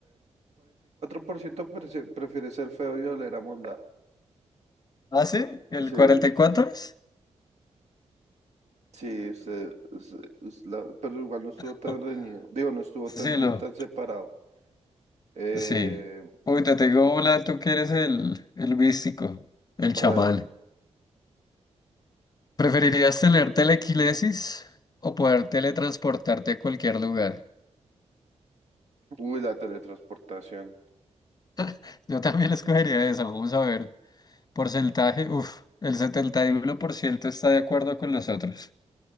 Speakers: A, on the right; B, on the left.
A: por ciento prese- prefiere ser feo y oler a monda.
B: ¿Ah, sí? ¿El
A: Sí,
B: 44 es?
A: sí, usted, usted- us- la- pero igual no estuvo
B: <laughs>
A: tan reñido. Digo, no estuvo
B: Sí,
A: tan, di-
B: lo.
A: tan separado. Eh,
B: Sí. Uy, te tengo una, tú que eres el, el místico, el chamán.
A: a ver,
B: ¿Preferirías tener telequinesis o poder teletransportarte a cualquier lugar?
A: uy, la teletransportación.
B: <laughs> Yo también escogería esa, vamos a ver. Porcentaje, uff, el 71% está de acuerdo con nosotros.